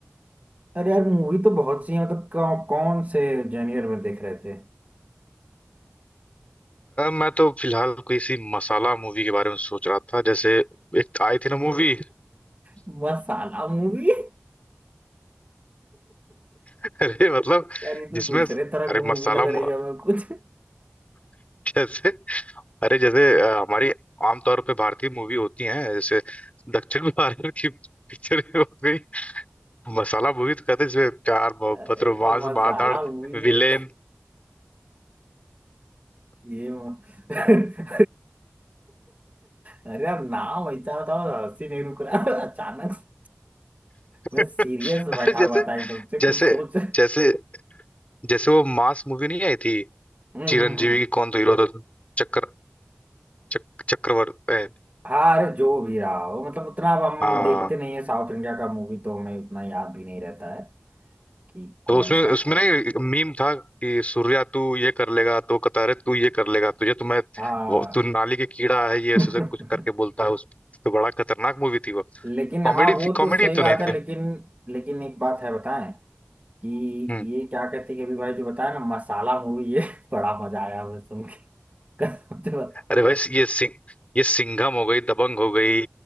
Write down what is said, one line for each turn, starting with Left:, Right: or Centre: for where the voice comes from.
Right: अरे यार मूवी तो बहुत सी है मतलब कौ, कौन से जेनियर में देख रहे थे
Left: मैं तो फिलहाल कोई सी मसाला मूवी के बारे में सोच रहा था जैसे एक आई थी ना मूवी <laughs>
Right: <laughs> मसाला मूवी
Left: अरे मतलब
Right: यार ये तो
Left: जिसमें
Right: दूसरे तरह
Left: अरे
Right: की मूवी
Left: मसाला
Right: लग रही
Left: मु-
Right: है हमें कुछ
Left: <laughs> जैसे अरे जैसे अ, हमारी आमतौर पे भारतीय मूवी होती है जैसे दक्षिण <laughs> भारत की पिक्चर हो गई मसाला मूवी तो कहते हैं जिसमें प्यार मोहब्बत
Right: अरे
Left: रोमांस
Right: यार मसाला
Left: मार धाड़
Right: मूवी जो
Left: विलेन
Right: है, ये म... <laughs> अरे अरे यार नाम ऐसा बताओ हंसी नहीं रुक रहा <laughs> अचानक से। मैं
Left: अरे
Right: सीरियस बैठा
Left: जैसे
Right: हुआ था एकदम से कुछ
Left: जैसे
Right: सोच हम्म
Left: जैसे जैसे वो मास मूवी नहीं आई थी
Right: हम्म
Left: चिरंजीवी
Right: हम्म
Left: की कौन तो हीरो था चक्कर चक, चक्रवर्ती ए,
Right: हाँ अरे जो भी रहा हो मतलब उतना अब हम
Left: हाँ
Right: देखते नहीं है साउथ इंडिया का मूवी तो हमें उतना याद भी नहीं रहता है कि कौन
Left: तो उसमें
Right: सा
Left: उसमें
Right: था
Left: ना मीम था कि सूर्या तू ये कर लेगा तो कहता अरे तू ये कर लेगा तुझे तो मैं
Right: हाँ
Left: वो तू नाली के कीड़ा है ये
Right: <laughs>
Left: ऐसे ऐसे कुछ करके बोलता है उस तो बड़ा खतरनाक मूवी थी वो
Right: लेकिन
Left: कॉमेडी
Right: हाँ वो
Left: थी
Right: तो
Left: कॉमेडी
Right: सही बात
Left: तो नहीं
Right: है
Left: थी
Right: लेकिन लेकिन एक बात है बताएं कि
Left: हम्म
Right: ये क्या कहते हैं कि अभी भाई जो बताया ना मसाला मूवी ये <laughs> बड़ा मजा आया हमें सुन के <laughs> कसम से बता
Left: अरे भाई ये सिंह ये सिंघम हो गई दबंग हो गई